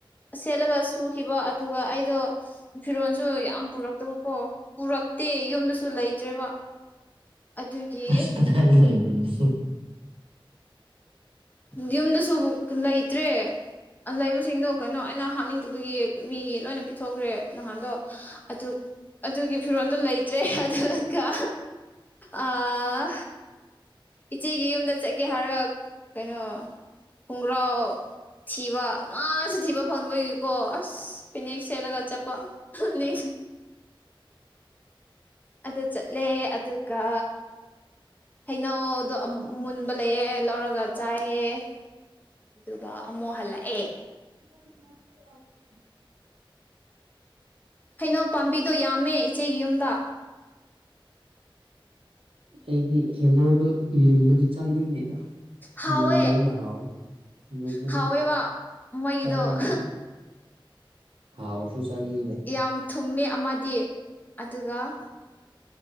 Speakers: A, on the left; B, on the right.
A: ꯁꯦꯠꯂꯒ ꯁꯨꯈꯤꯕ ꯑꯗꯨꯒ ꯑꯩꯗꯣ ꯐꯤꯔꯣꯜꯁꯨ ꯌꯥꯝ ꯄꯨꯔꯛꯇꯕꯀꯣ ꯄꯨꯔꯛꯇꯦ ꯌꯨꯝꯗꯁꯨ ꯂꯩꯇ꯭ꯔꯦꯕ ꯑꯗꯨꯒꯤ
B: ꯑꯁ ꯀꯥꯗꯥꯏꯗ ꯂꯩꯕ꯭ꯔꯥ ꯑꯗꯨꯗꯤ
A: ꯌꯨꯝꯗꯁꯨꯛ ꯂꯩꯇ꯭ꯔꯦ ꯂꯩꯕꯁꯤꯡꯗꯣ ꯀꯩꯅꯣ ꯑꯩꯅ ꯍꯥꯞꯅꯤꯡꯇꯕꯒꯤ ꯃꯤ ꯂꯣꯏꯅ ꯄꯤꯊꯣꯛꯈ꯭ꯔꯦ ꯅꯍꯥꯟꯗꯣ ꯑꯇꯨꯛ ꯑꯗꯨꯒꯤ ꯐꯤꯔꯣꯟꯗꯣ ꯂꯩꯇ꯭ꯔꯦ ꯑꯗꯨꯒ ꯑꯥ ꯏꯆꯦꯒꯤ ꯌꯨꯝꯗ ꯆꯠꯀꯦ ꯍꯥꯏꯔꯒ ꯀꯩꯅꯣ ꯈꯨꯡꯒ꯭ꯔꯥꯎ ꯊꯤꯕ ꯑꯃꯥꯁꯨ ꯊꯤꯕ ꯐꯪꯗꯕꯩꯀꯣ ꯑꯁ ꯄꯤꯅꯦꯛ ꯁꯦꯠꯂꯒ ꯆꯠꯄ <unintelligible> ꯑꯗꯨ ꯆꯠꯂꯦ ꯑꯗꯨꯒ ꯍꯩꯅꯧꯗꯣ ꯑꯃꯨꯟ ꯃꯨꯟꯕ ꯂꯩꯌꯦ ꯂꯧꯔꯒ ꯆꯥꯏꯌꯦ ꯑꯗꯨꯒ ꯑꯃꯨꯛ ꯍꯜꯂꯛꯑꯦ
B: <unintelligible>
A: ꯍꯩꯅꯧ ꯄꯥꯝꯕꯤꯗꯣ ꯌꯥꯝꯃꯦ ꯏꯆꯦꯒꯤ ꯌꯨꯝꯗ
B: ꯑꯩꯗꯤ ꯍꯩꯅꯧꯗꯣ ꯃꯨꯟꯕꯗꯤ ꯆꯥꯅꯤꯡꯗꯦꯗ
A: ꯍꯥꯎꯋꯦ
B: ꯃꯨꯟꯗꯕꯅ ꯍꯥꯎꯋꯤ ꯃꯨꯟꯕꯗꯨ
A: ꯍꯥꯎꯋꯦꯕ ꯃꯣꯏꯒꯤꯗꯣ
B: ꯆꯥꯅꯤꯡꯗꯦ ꯍꯥꯎꯔꯁꯨ ꯆꯥꯅꯤꯡꯗꯦ
A: ꯌꯥꯝ ꯊꯨꯝꯃꯦ ꯑꯃꯗꯤ ꯑꯗꯨꯒ